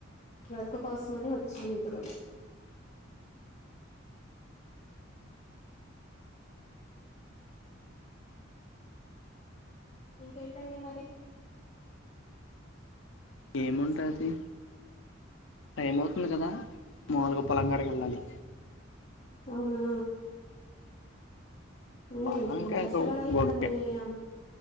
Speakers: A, on the left; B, on the left.
A: వర్క్ కోసమని వచ్చాం ఇంత దూరం ఇంకేంటండి మరి
B: ఏముంటది టైం అవుతుంది కదా మాములుగా పొలంగాడికి వెళ్ళాలి
A: అవునా మ్మ్
B: పొలం
A: కానీ
B: కాక
A: కష్టపడాలి
B: గొంగె
A: కదా మీమ్